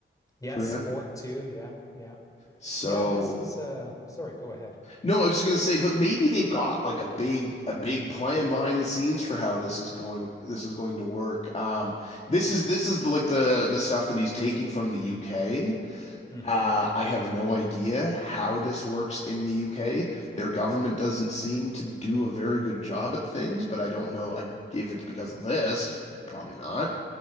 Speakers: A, on the left; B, on the left.
A: Yes,
B: perhaps.
A: sport too. Yeah, yeah.
B: So,
A: Yeah, this is uh sorry, go ahead.
B: no, I was just gonna say, but maybe they've got like a big a big plan behind the scenes for how this is going this is going to work. Um, this is this is the, like the the stuff that he's taking from the UK.
A: hmm
B: Uh, I have no idea how this works in the UK. Their government doesn't seem to do a very good job at things, but I don't know I, if it's because of this. Probably not.